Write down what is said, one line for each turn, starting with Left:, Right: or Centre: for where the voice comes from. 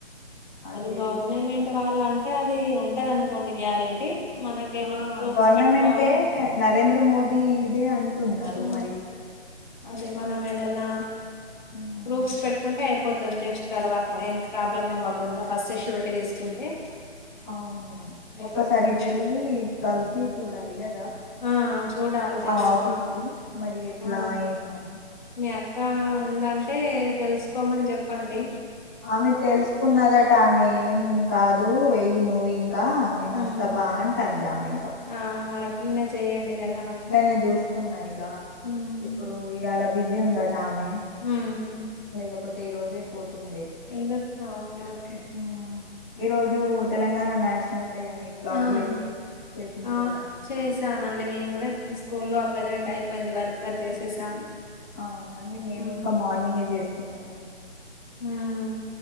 Centre: అదే
Left: అది గవర్నమెట్
Centre: చూస్తున్నాం
Left: వాళ్ళ అంటే అది ఉంటది అనుకోండి గ్యారెంటీ మనకేమన్నా
Centre: ఆ
Left: ప్రూఫ్స్
Centre: గవర్నమెంటే
Left: పెట్టుకోవాలి
Centre: నరేంద్ర మోదీదే అంటున్నారు
Left: ఆ,
Centre: మరి
Left: అదే మనం ఏదన్నా
Centre: ఊహు.
Left: ప్రూఫ్స్ పెట్టుకుంటే అయిపో పోతర్ నెక్స్ట్ తర్వాత ఏం ప్రాబ్లమ్ అవ్వకుండా ఫస్ట్ ఎ ష్యూరిటీ తీసుకుంటే
Centre: అవును
Left: అయిపోతది
Centre: ఒకసారి వెళ్ళి కలిసి చూడాలి గదా
Left: ఆ చూడాలి తెలుసుకోవాలి
Centre: ఆ ఆఫీసు మరి ఎట్లా
Left: ఆ
Centre: ఏమోని
Left: మీ అక్క ఉందంటే తెలుసుకోమన్ జెప్పండి
Centre: ఆమె తెలుసుకున్నదట్ టామేమ్ కాదు ఎయ్యి నువ్వింకా నేనస్తపా
Left: ఉమ్
Centre: అంటాంది ఆమింకా
Left: ఆ మరట్లనే చేయండి గ
Centre: అట్లనే జూస్తున్నా ఇగా
Left: ఉమ్
Centre: ఇప్పుడు ఇయాల బిజీ ఉందట్ ఆమె
Left: ఊ హు
Centre: లేకపోతే ఈ రోజే పోతుండే
Left: ఇంగ హ ఓకే ఓకే
Centre: ఉమ్ ఈరోజు తెలంగాణ నేషనల్ డే అనీ లాగులేపి
Left: అవును
Centre: చేసిండ్రు
Left: ఆ
Centre: గదా
Left: చేసామండి మేము గూడ ఇప్పుడు స్కూల్లో అప్రజెంట్ అయిపోయింది వర్క్ అ చేసేసాము
Centre: అవునాండి మేము
Left: ఉమ్
Centre: ఇంకా మార్నింగే జేసుకున్నామండి
Left: ఉహ్